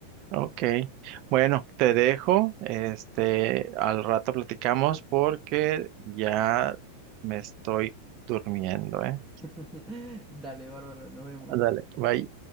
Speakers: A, on the right; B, in the centre.
A: Ok. Bueno, te dejo. Este, al rato platicamos porque ya me estoy durmiendo, ¿eh?
B: <laughs> Dale, bárbaro, nos vemos.
A: Ándale, bye.